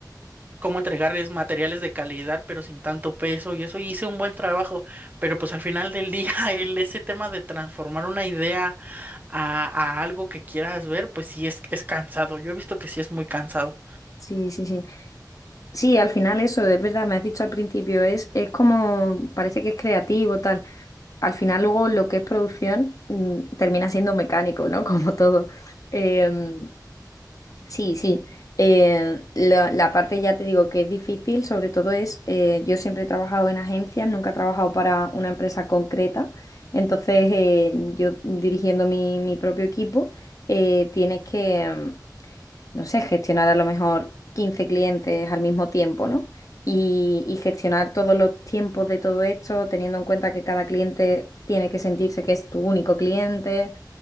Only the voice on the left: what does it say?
Sí, sí, sí. Sí, al final eso, es verdad, me has dicho al principio, es, es como, parece que es creativo, tal. Al final luego lo que es producción mm, termina siendo mecánico, ¿no? <laughs> Como todo. Eh, sí, sí. Eh, la, la parte ya te digo que es difícil, sobre todo es, eh, yo siempre he trabajado en agencias, nunca he trabajado para una empresa concreta. Entonces, eh, yo dirigiendo mi, mi propio equipo, eh, tienes que, em, no sé, gestionar a lo mejor 15 clientes al mismo tiempo, ¿no? Y, y gestionar todos los tiempos de todo esto, teniendo en cuenta que cada cliente tiene que sentirse que es tu único cliente.